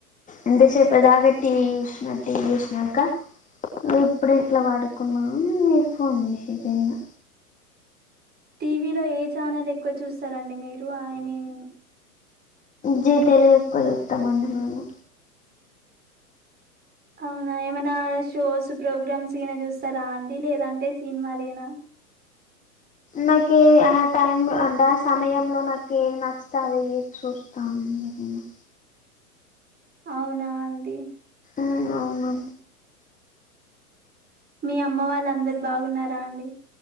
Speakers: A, on the left; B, on the right.
A: ఇంత సేపుదగా టీ జుస్నా టీ జుస్నాకా ఇప్పుడె ఇట్లా పడుకున్నా నువ్ ఫోన్ చేస్దైనా
B: టీవీలో ఏ ఛానల్ ఎక్కువ చూస్తారండి మీరు ఐ మీన్
A: జీ తెలుగు ఎక్కువజుతమండి మేము
B: అవునా ఏమైనా షోస్ ప్రోగ్రామ్స్ ఏనా చూస్తారా అండి లేదంటే సినిమాాలేనా
A: నాకు ఏది ఆ టైమ్లో అంటే ఆ సమయంలో నాకు ఏది నచ్చతే అది చూస్తాను ఊహ్మ్
B: అవునా అండి
A: ఆ అవును
B: మీ అమ్మ వాళ్ళ అందరు బాగున్నారా అండి